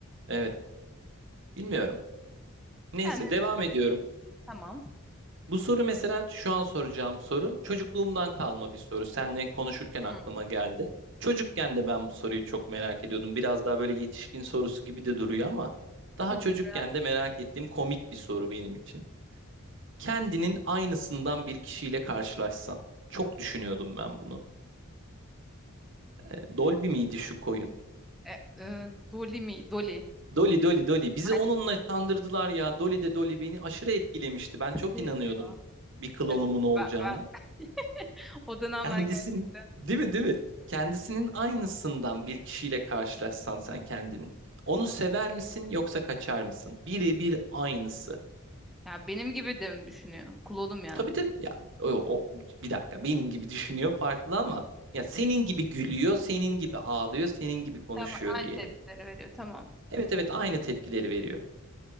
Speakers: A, on the right; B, in the centre.
A: evet. Bilmiyorum. Neyse
B: Yani evet,
A: devam ediyorum.
B: tamam.
A: Bu soru mesela şu an soracağım soru çocukluğumdan kalma bir soru. Seninle konuşurken
B: Hmm.
A: aklıma geldi. Çocukken de ben bu soruyu çok merak ediyordum. Biraz daha böyle yetişkin sorusu gibi de duruyor ama daha
B: Dedim
A: çocukken
B: merak
A: de
B: et.
A: merak ettiğim komik bir soru benim için. Kendinin aynısından bir kişiyle karşılaşsan. Çok düşünüyordum ben bunu. E, Dolby miydi şu koyun?
B: E, e, Dolly mi? Dolly.
A: Dolly Dolly Dolly bizi
B: Aynı
A: onunla kandırdılar ya. Dolly de Dolly beni aşırı etkilemişti. Ben çok
B: şey
A: inanıyordum
B: diyor.
A: bir klonumun
B: Evet,
A: olacağına.
B: ben, ben. O dönemler
A: Kendisini
B: gerçekten.
A: değil mi değil mi? Kendisinin aynısından bir kişiyle karşılaşsan sen kendini. Onu sever misin yoksa kaçar mısın? Birebir aynısı.
B: Ya benim gibi de mi düşünüyor? Klonum yani
A: Tabii
B: direkt.
A: tabii ya o, o- bir dakika benim gibi düşünüyor farklı ama ya senin gibi gülüyor, senin gibi ağlıyor, senin gibi konuşuyor
B: Tamam, aynı
A: diyelim.
B: tepkileri veriyor. Tamam.
A: Evet evet aynı tepkileri veriyor.